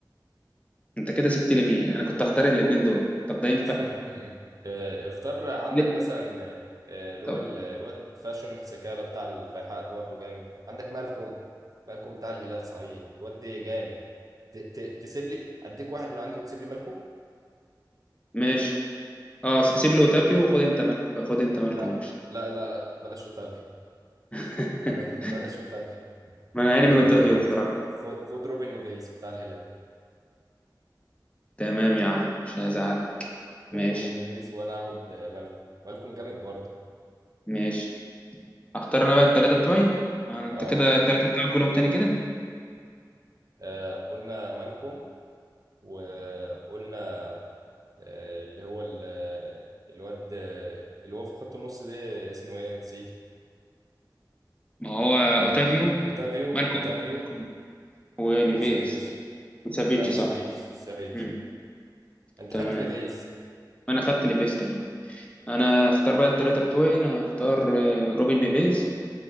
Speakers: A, on the left; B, on the right.
A: انت كده سبت لي مين انا كنت هختار الاثنين دول طب ده ينفع
B: <laughs> آه، اختار عندك
A: لا
B: مثلا آه، اللي
A: طب
B: هو ال- الواد فاشون سكالة بتاع الفيحاء ده برضه جامد عندك مالكوم مالكوم بتاع الهلال صحيح الواد ده جامد ت- ت- تسيب لي أديك واحد من عندي وتسيب لي مالكوم
A: ماشي اه س- سيب لي اوتافيو وخد انت مالكم خد انت مالكم
B: لا
A: مش
B: لا لا لا بلاش أوتافي
A: <laughs>
B: ب- <laughs> بلاش اوتافيو
A: ما انا عيني
B: آه
A: من اوتافيو
B: خد
A: بصراحه
B: خد خد روبن نيفيز بتاع الهلال
A: تمام يا عم مش هزعلك
B: خد
A: ماشي
B: روبن نيفيز وانا هاخد آه، مالكم مالكم جامد برضه
A: ماشي اختار انا بقى الثلاثه بتوعي يعني انت
B: اه
A: كده الثلاثه بتوعك قولهم تاني كده
B: آه، قلنا مالكم وقلنا آه، اللي هو ال- الواد آه، اللي هو في خط النص ده اسمه ايه نسيت
A: ما هو
B: آه،
A: اوتافيو
B: اوتافيو
A: مالكم
B: اوتافيو
A: مالكم ونيفيس
B: وسافيتش
A: وسافيتش
B: لا وسافيتش
A: صح
B: سافيتش
A: مم.
B: انت
A: تمام
B: خدت نيفيز
A: انا خدت نيفيس تمام انا اختار بقى الثلاثه بتوعي انا اختار روبن نيفيز